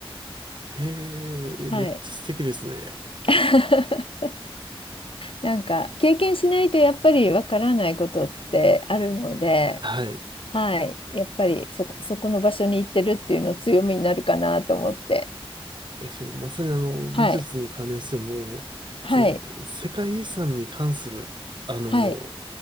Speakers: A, on the right; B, on the left.
A: へえ、
B: はい。
A: めっちゃ素敵ですね。
B: <laughs> なんか、経験しないとやっぱりわからないことってあるので、
A: はい。
B: はい。やっぱりそこ、そこの場所に行ってるっていうの強みになるかなと思って。
A: いや、それまさにあの、美術に関連しても、
B: はい。はい。
A: その、世界遺産に関する、あの、
B: はい。